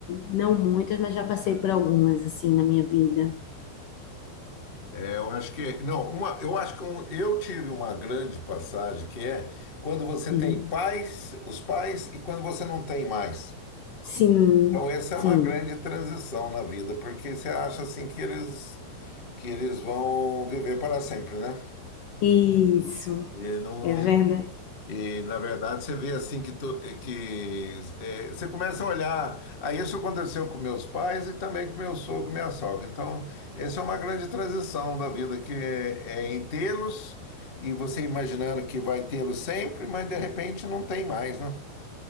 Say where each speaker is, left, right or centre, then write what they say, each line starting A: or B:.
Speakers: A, on the left; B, on the left.
A: não muitas, mas já passei por algumas, assim, na minha vida.
B: eh, eu acho que não, uma, eu acho que um- eu tive uma grande passagem que é quando você
A: Uhum.
B: tem pais, os pais e quando você não tem mais.
A: sim,
B: Então essa é
A: Sim,
B: uma grande transição na vida, porque você acha assim que eles que eles vão viver para sempre, né?
A: isso,
B: E não,
A: é verdade.
B: E, na verdade, você vê assim que, tu, que é, você começa a olhar. Aí isso aconteceu com meus pais e também com meu sogro e minha sogra. Então, essa é uma grande transição da vida, que é, é em tê-los e você imaginando que vai tê-los sempre, mas de repente não tem mais, né?